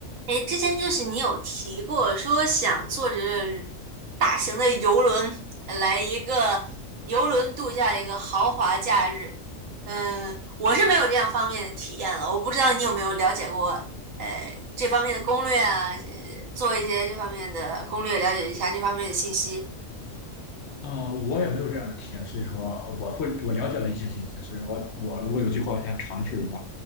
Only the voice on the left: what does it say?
嗯，我也没有这样的体验，所以说我会我了解了一些信息，所以说我我如果有机会，我先尝试一下。